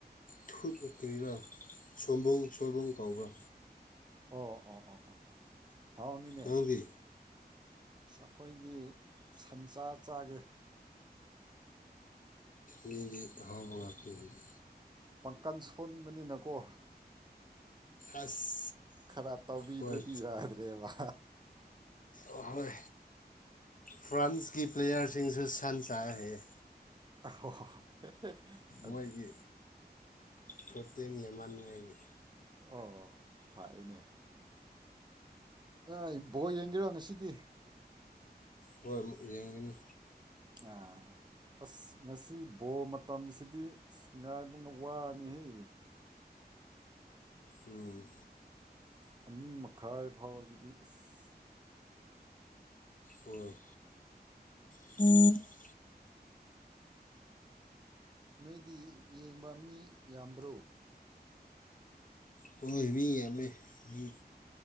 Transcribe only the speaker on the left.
ꯊꯨꯠ ꯀ꯭ꯔꯤꯔ ꯁꯣꯏꯕꯧ ꯁꯣꯏꯕꯧ ꯀꯧꯕ꯭ꯔꯥ
ꯅꯪꯗꯤ
ꯌꯦꯟꯗꯤ ꯑꯍꯥꯎꯕ ꯉꯥꯛꯇꯅꯤꯅꯦ
ꯑꯁ
ꯍꯣꯏ
ꯍꯣꯏ ꯐ꯭ꯔꯥꯟꯁꯀꯤ ꯄ꯭ꯂꯦꯌꯥꯔꯁꯤꯡꯁꯦ ꯁꯟ ꯆꯥꯏ ꯍꯩꯌꯦ
ꯃꯣꯏꯒꯤ ꯇꯣꯇꯦꯜ ꯌꯦꯃꯅꯤꯡꯉꯥꯏꯒꯤ
ꯍꯣꯏ ꯑꯃꯨꯛ ꯌꯦꯡꯒꯅꯤ
ꯎꯝ
ꯍꯣꯏ꯫ <unintelligible>
ꯍꯣꯏ ꯃꯤ ꯌꯥꯝꯃꯦ ꯎꯝ